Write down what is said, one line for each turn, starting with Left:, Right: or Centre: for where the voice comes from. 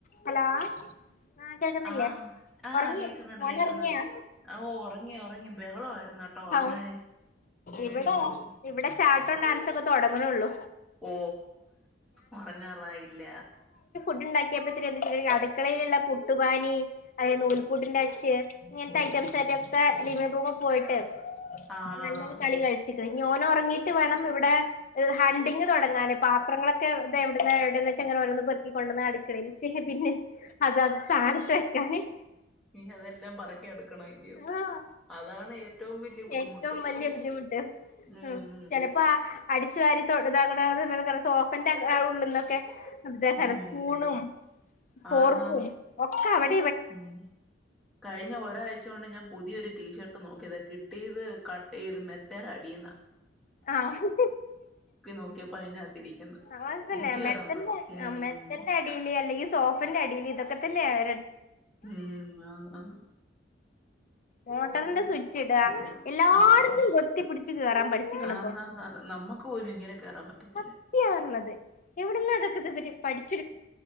Left: Hello ആ കേൾക്കുന്നില്ലേ
Centre: ആഹ് ആഹ്
Left: ഉറങ്ങി
Centre: കേക്കുന്നുണ്ട്
Left: മോൻ
Centre: കേക്കുന്നുണ്ട്
Left: ഉറങ്ങിയാ
Centre: ഓ ഒറങ്ങി ഒറങ്ങി ബഹളമായിരുന്നു കേട്ടോ ഒറങ്ങാന്
Left: ഉ
Centre: ഉം
Left: ഇവിടെ ഇവിടെ ചാട്ടോ ഡാൻസ് ഒക്കെ തുടങ്ങണള്ളൂ.
Centre: ഓ ഒറങ്ങാറായില്ല.
Left: ണ്ടാക്കിയപ്പോ എന്ത അടുക്കളയിലുള്ള പുട്ടുപാനി അതായത് നൂലപൂട്ടിന്റെ അച്ച് ഇങ്ങനത്തെ ഐറ്റംസ് ആായിട്ടൊക്കെ ലിവിംഗ് റൂമിൽ പോയിട്ട്
Centre: ആഹ്
Left: നല്ലൊരു കളി കഴിച്ചിക്കണ് ഇനി ഓനൊറങ്ങീട്ട് വേണം ഇവിടെ ഹണ്ടിങ് തുടങ്ങാന് പാത്രങ്ങളക്കെ ഇ എവിടന്ന് എവിടെന്ന് വൊങ്ങന ഓരോന്ന് പെറക്കി. കൊണ്ടന്ന് അടുക്കളയിൽ പിന്നെ അതത് സ്ഥാനത്ത് വെക്കാന്
Centre: ഇനി അതെല്ലാം പറക്കി എടുക്കണം ഇല്ലയോ
Left: ആഹ്.
Centre: അതാണ് ഏറ്റവും വലിയ ബുദ്ധിമുട്ട്
Left: ഏറ്റവും വലിയ
Centre: ഓ
Left: ബുദ്ധിമുട്ട്
Centre: ഉം
Left: ആഹ് ചെലപ്പോ- അടിച്ചു വാരി തൊടതാകണ സോഫന്റെ ഉള്ളിന്നൊക്കെ- അതഹ
Centre: ഉം
Left: സ്പൂണും ഫോർക്കും
Centre: ആന്നാന്ന്
Left: ഒക്കെ അവടെ-
Centre: ഉം കഴിഞ്ഞ ഒരാഴ്- ച്ചുകൊണ്ട് ഞാൻ പുതിയ ഒരു ടീഷർട്ട് നോക്കിയതാ കിട്ടിയത്- കട്ടീത് മെത്തേടടീ- ടീന്നാ-
Left: ആഹ്
Centre: നോക്കിയപ്പോ അതിനകത്തിരിക്കുന്ന്
Left: ആ അതല്ലെ
Centre: പുതിയ
Left: മെത്ത
Centre: ഒരെണ്ണം ഉം
Left: മെത്തന്റെ അടില് അല്ലെങ്കി- സോഫെന്റെ അടിൽ ഇതൊക്കെ തന്നെയാ-
Centre: ഓം ആന്നാന്ന് -
Left: മോട്ടറിന്റെ സ്വിച്- ച്ചിടാ- എല്ലായിടത്തും
Centre: ആഹ് ആഹ്
Left: എത്തിപ്പിടിച്ച് കേറാൻ പഠിച്ചിക്കണപ്പോ
Centre: ആന്നാന്നാന്ന് നമ്മക്ക് പോലും ഇങ്ങനെ കേറാൻ പറ്റത്തില്ല.
Left: സത്യയാഉള്ളത് എവിട്ന്നാ ഇതൊക്കെ ഇവര് പടി